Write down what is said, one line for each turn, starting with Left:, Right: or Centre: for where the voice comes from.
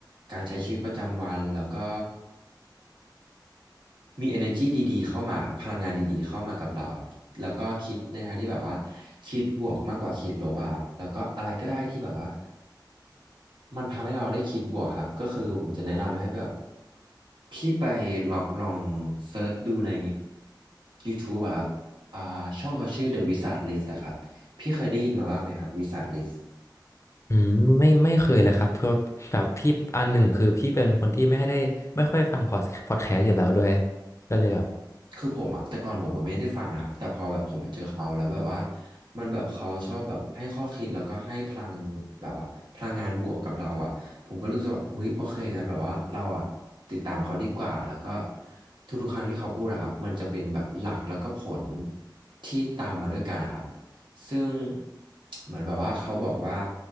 Right: การใช้ชีวิตประจำวันแล้วก็ มี energy ดีๆ เข้ามาครับพลังงานดีๆ เข้ามากับเราครับแล้วก็คิดในทางที่แบบว่าคิดบวกมากกว่าคิดลบอะครับแล้วก็อะไรก็ได้ที่แบบว่ามันทำให้เราได้คิดบวกครับก็คือผมจะแนะนำให้แบบพี่ไปลองลองเซิร์ชดูใน YouTube อะครับอ่าช่องเขาชื่อ The Wizard List อะครับพี่เคยได้ยินมาบ้างไหมครับ Wizard List
Left: อืมไม่ไม่เคยเลยครับเพราะแบบพี่อันหนึ่งคือพี่เป็นคนที่ไม่ได้ไม่ค่อยฟังพอดพอดแคสต์อยู่แล้วด้วยก็เลยแบบ
Right: คือผมอะแต่ก่อนผมก็ไม่ได้ฟังนะครับแต่พอแบบผมไปเจอเขาแล้วแบบว่ามันแบบเขาชอบแบบให้ข้อคิดแล้วก็ให้พลังแบบว่าพลังงานบวกกับเราอะผมก็รู้สึกว่าอุ๊ยโอเคงั้นแบบว่าเราอะติดตามเขาดีกว่าแล้วก็ทุกๆครั้งที่เขาพูดอะครับมันจะเป็นแบบหลักแล้วก็ผลที่ตามมาด้วยกันนะครับซึ่งเหมือนแบบว่าเขาบอกว่า